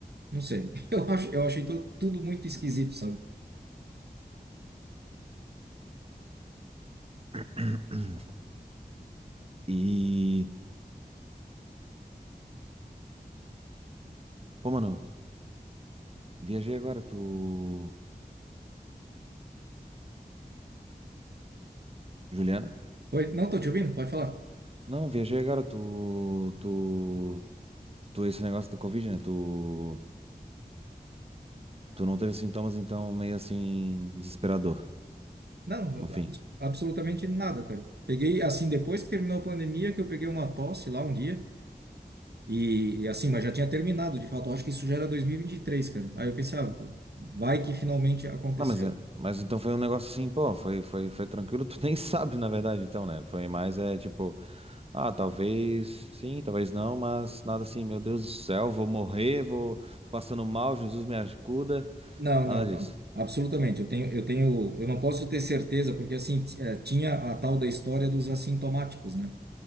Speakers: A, on the right; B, on the right.
A: não sei. <laughs> Eu acho, eu achei tu- tudo muito esquisito, sabe?
B: <clears throat> E. Pô, mano, viajei agora, tu. Juliano?
A: Oi, não, tô te ouvindo, pode falar.
B: Não, viajei agora, tu. Tu. Tu, esse negócio do Covid, né? Tu. Tu não teve sintomas, então meio assim, desesperador,
A: Não,
B: no fim.
A: abs- absolutamente nada, cara. Peguei, assim, depois que terminou a pandemia, que eu peguei uma tosse lá um dia, e, e assim, mas já tinha terminado, de fato, eu acho que isso já era 2023, cara. Aí eu pensei, ah, vai que finalmente aconteceu.
B: Não, mas, é- mas então foi um negócio assim, pô, foi, foi, foi tranquilo. Tu <laughs> nem sabe, na verdade, então, né? Foi mais, é tipo, ah, talvez sim, talvez não, mas nada assim, meu Deus do céu, vou morrer, vou, tô passando mal, Jesus me ajuda.
A: Não,
B: Nada
A: não,
B: disso.
A: não, absolutamente, eu tenho, eu tenho, eu não posso ter certeza, porque assim, t- eh, tinha a tal da história dos assintomáticos, né?